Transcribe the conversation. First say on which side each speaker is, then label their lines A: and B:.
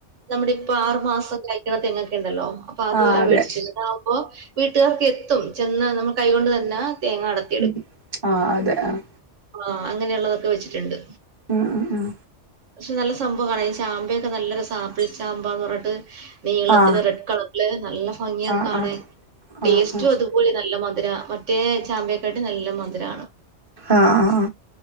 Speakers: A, on the right; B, on the right.
A: നമ്മുടെ ഇപ്പൊ ആറു മാസം കായ്ക്കണ തെങ്ങൊക്കെ ഉണ്ടല്ലോ അപ്പൊ അത്
B: ആ
A: വരെ
B: അതെ
A: മേടിച്ച്. അപ്പോ വീട്ടുകാർക്ക് എത്തും ചെന്ന് നമ്മ കൈകൊണ്ട് തന്നെ തേങ്ങ അടത്തും.
B: ഉം ആഹ് അതെ ആഹ്.
A: ആഹ് അങ്ങനെയുള്ളതൊക്കെ വെച്ചിട്ടുണ്ട്.
B: ഉം ഉം ഉം.
A: പക്ഷെ നല്ല സംഭവം കാണാം ഈ ചാമ്പയൊക്കെ നല്ലൊരസാ ആപ്പിൾ ചാമ്പന്ന് പറഞ്ഞിട്ട്. നീളത്തിന്
B: ആ
A: റെഡ് കളറില് നല്ല ഭംഗിയ
B: ആ
A: അത് കാണാൻ
B: ആ ആ ആ
A: ടേസ്റ്റും അതും. തോലി നല്ല മധുര മറ്റേ ചാമ്പ്യക്കാട്ട് നല്ല മധുരാണ്.
B: ആ ആ